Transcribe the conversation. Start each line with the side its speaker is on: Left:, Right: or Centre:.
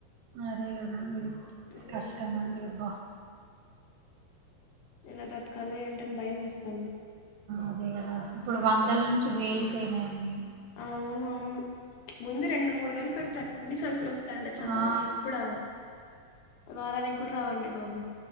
Right: అదే కదండి
Left: ఉమ్,
Right: కష్టమండి ఇబ్బా
Left: ఎలా బ్రతకాలో ఏంటని భయం వేస్తోంది.
Right: అదే కదా ఇప్పుడు వందల నుంచి వేలుకయినీ అన్నీ
Left: అవును అవును ముందు రెండు మూడు వేలు పెడితే అన్ని సరుకులు వస్తాండే చానా
Right: ఆ
Left: ఇప్పుడా వారానికి కూడా రావండి బాబు